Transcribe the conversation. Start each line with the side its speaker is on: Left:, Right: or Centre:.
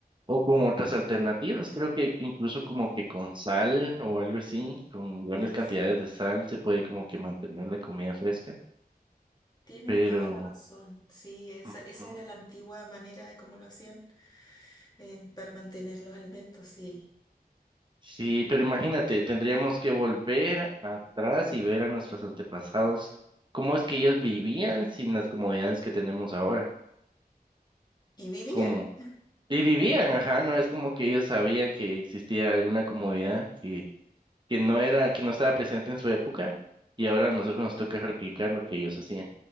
Right: O con otras alternativas, creo que incluso como que con sal o algo así, con grandes
Left: Ya,
Right: cantidades
Left: sí,
Right: de sal se puede como que mantener la comida fresca.
Left: Tienes
Right: Pero
Left: toda la razón. Sí, esa,
Right: ujú.
Left: esa era la antigua manera de cómo lo hacían, eh, para mantener los alimentos, sí.
Right: sí, pero imagínate, tendríamos que volver atrás y ver a nuestros antepasados cómo es que ellos vivían sin las comodidades que tenemos ahora.
Left: Y vivían.
Right: Como, y vivían, ajá, no es como que ellos sabían que existía alguna comodidad que que no era, que no estaba presente en su época y ahora a nosotros nos toca replicar lo que ellos hacían.